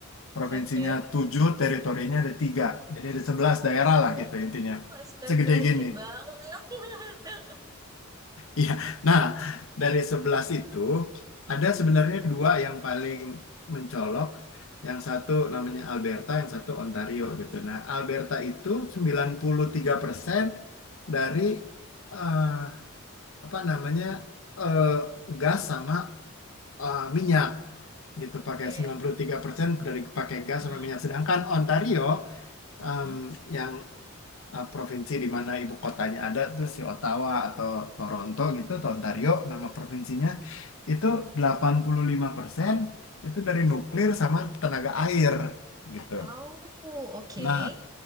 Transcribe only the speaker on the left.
Provinsinya
7 teritorinya ada tiga Jadi ada 11 daerah lah
gitu intinya.
Segede gini.
<laughs>
Iya.
Nah, dari 11 itu ada sebenarnya
dua yang paling mencolok. Yang satu namanya Alberta, yang satu Ontario gitu. Nah, Alberta itu 93% dari
eh, apa namanya eh, gas sama eh, minyak gitu
pakai 93% dari pakai gas
sama minyak sedangkan Ontario em,
yang eh, provinsi di mana ibu kotanya ada tuh si Ottawa atau Toronto gitu atau Ontario nama provinsinya itu 85% itu dari nuklir sama tenaga air gitu.
Nah,